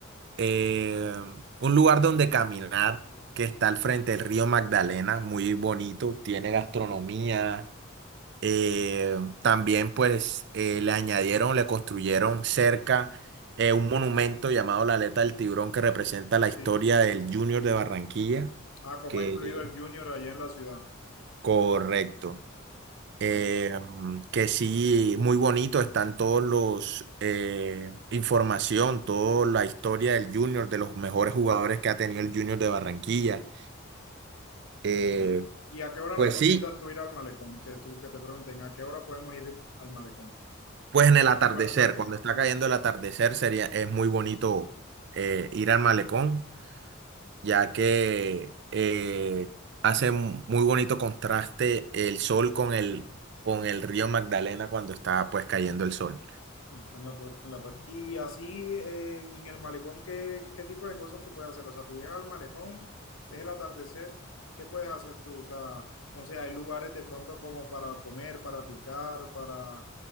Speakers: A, on the right; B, on the left.
A: Em, un lugar donde caminar que está al frente del río Magdalena, muy bonito, tiene gastronomía. em, también pues eh, le añadieron, le construyeron cerca eh, un monumento llamado la Aleta del Tiburón que representa la
B: ¿Sí?
A: historia del Junior de Barranquilla,
B: Ah, ¿cómo
A: que
B: ha influido el Junior allá en la ciudad?
A: correcto.
B: Ok,
A: eh, mm, que sí, muy bonito están todos los eh, información, toda la historia del Junior, de los mejores jugadores que ha tenido el Junior de Barranquilla. Eh,
B: ok. ¿Y a qué hora
A: pues
B: recomiendas
A: sí,
B: tú ir al malecón? Que tú, que te pregunten, ¿a qué hora podemos ir al malecón?
A: pues en el atardecer,
B: Bueno, para ir
A: cuando está
B: en el
A: cayendo
B: atardecer.
A: el atardecer, sería, es muy bonito eh, ir al malecón, ya que eh, hace mu- muy bonito contraste el sol con el, con el río Magdalena cuando está pues cayendo el sol.
B: No, está en la costa, en la costa. Y así eh, en el malecón, ¿qué, qué tipo de cosas tú puedes hacer? O sea, tú llegas al malecón, ves el atardecer, ¿qué puedes hacer tú? O sea, no sé, hay lugares de pronto como para comer, para picar, para